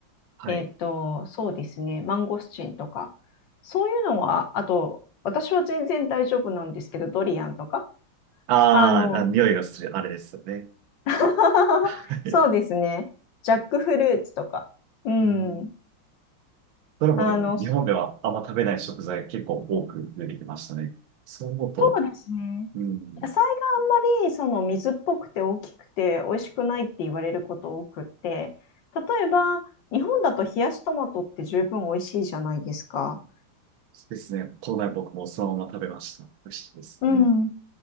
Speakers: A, on the right (about 75°); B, on the left (about 65°).
A: はい。
B: えっと、そうですね、マンゴスチンとか、そういうのは、あと、私は全然大丈夫なんですけど、ドリアンとか、
A: あーあ、
B: あの、
A: 匂いがする、あれですよね。
B: <laughs>
A: <laughs>
B: そうですね、ジャックフルーツとか、うん、
A: うんどれもでも日本ではあんま食べない食材結構多く出てきましたね。
B: あの、そ
A: そう思うと、
B: うですね、
A: うん、
B: 野菜があんまりその水っぽくて大きくて美味しくないって言われること多くって、例えば、日本だと冷やしトマトって十分美味しいじゃないですか。
A: ですね。この前僕もそのまま食べました。美味しいですね。
B: うん。